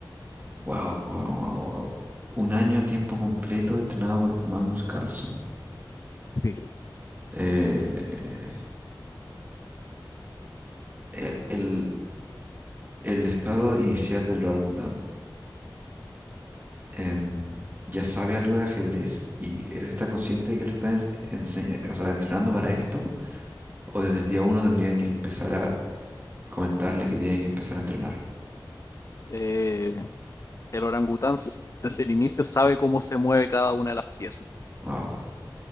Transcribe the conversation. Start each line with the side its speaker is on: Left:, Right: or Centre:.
Right: Wow, wow, wow, wow. Un año a tiempo completo entrenado por Magnus Carlsen.
Left: Sí.
Right: Eh, eh, eh, el, El estado inicial del orangután. em, ya sabe algo de ajedrez y él está consciente de que lo están ens- enseña- o sea, entrenando para esto, o desde el día uno tendría que empezar a comentarle que tiene que empezar a entrenar.
Left: Eh, el orangután s- desde el inicio sabe cómo se mueve cada una de las piezas.
Right: Wow,